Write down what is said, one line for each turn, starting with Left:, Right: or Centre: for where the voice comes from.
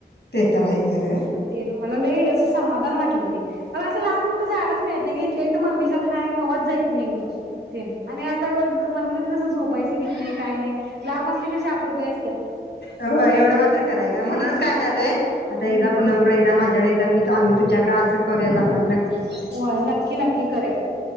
Left: ते तर आहे खरं
Right: ते ना मला लई असं समाधान वाटलं, ते मला असं लांब कुठं जायलाच मिळत नाही. इथल्या इथ मम्मीच्यात, कवात जायत नाही मी. ते आणि आता कस, मम्मीच्यात कस झोपायच <unintelligible> नाही काय नाही, लांब असली की कशी अप्रूपाबाई
Left: होय एवढं मात्र खरं हाय ग म्हणूनच
Right: हा
Left: काय म्हणालोय, आता एकदा
Right: हम्म.
Left: पूनम कड एकदा, माझ्याकडे एकदा मी त आम्ही तुझ्याकडं असं. करूयात आपण
Right: हां होय.
Left: नक्की
Right: नक्क की नक्की करूया.